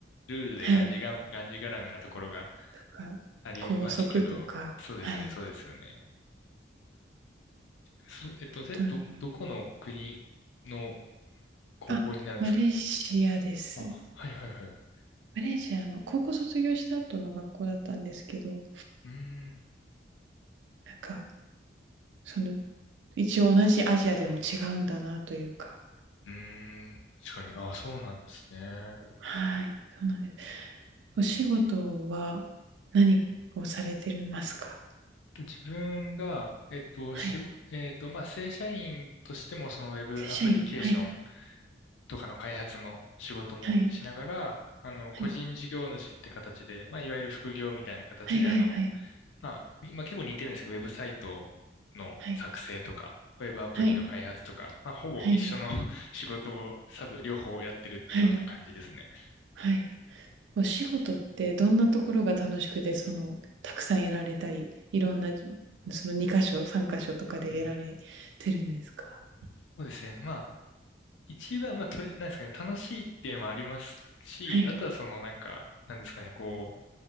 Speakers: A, on the left; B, on the right.
A: ルールでがんじが、
B: はい、
A: がんじがらめなところが
B: とか、
A: ありますけど、
B: 校則とか、
A: そうですよね、
B: はい、
A: そうですよね。そ、えっと、
B: 本当に。
A: せ、ど、どこの国の高校になるんですか
B: あ、マレーシアです。
A: あ、はいはいはい。
B: マレーシアの高校卒業した後の学校だったんですけど、
A: うーん。
B: なんか、その、一応同じアジアでも違うんだなというか、
A: うーん。確かに。あ、そうなんですね。
B: はい、そうなんです。お仕事は何をされてますか？
A: と自分が、えっと、
B: はい。
A: しご、えっと、まあ、正社員としても、そのウェブアプリケーション
B: 正社員、はい、
A: とかの開発の仕事もしながら、
B: はい、
A: あの、
B: はい、
A: 個人事業主って形で、まあ、いわゆる副業みたいな形で、
B: はいはいはい、
A: あの、まあ、今結構似てるんですけど、ウェブサイトの作成とか、
B: はい、
A: ウェブアプリの開発とか、
B: はい、
A: まあ、ほぼ一緒の
B: はい、
A: <laughs> 仕事をサブ、両方やってるっていうような感じですね。
B: はい、はい。お仕事ってどんなところが楽しくて、その、たくさんやられたり、いろんな、その2箇所、3箇所とかでやられてるんですか？
A: うん、そうですね。ま一番、まあ、とり、なんですかね、楽しいっていうのもありますし、
B: はい。
A: あとはその、なんか、なんですかね、こう、